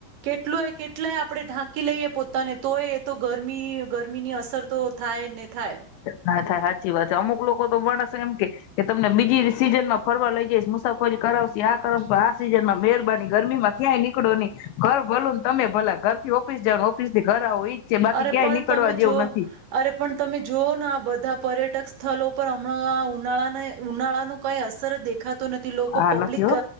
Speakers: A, on the right (about 65°); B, on the left (about 75°).
A: કેટલું એ કેટલાય આપણેે ઢાંકી કી લઈએ પોતાને તોય એ તો ગરમી-ગરમી ની અસર તો થાય ને થાય
B: હા થાય સાચી વાત. અમુક લોકો તો માણશે એમ કે કે તમને બીજી સીઝન માં ફરવા લઈ જઈ, મુસાફરી કરાવશે આ આ સીઝન માં મહેરબાની ગરમીમાં ક્યાંય નીકળો ની ઘર ભલુ ને તમે ભલા ઘર થી ઓફિસ જાવ ને ઓફિસ ઘરા હો ઈ જ છે બાકી
A: અરે
B: ક્યાંય
A: પણ
B: નીકળવા
A: તમે
B: જેવું નથી.
A: અરે પણ તમે જો આ બધા પર્યટક સ્થળો પર હમણાં ઉનાળાને ઉનાળા નો કઈ અસર દેખ દેખાતો નથી લોકો
B: હા
A: પબ્લિક
B: નથી હો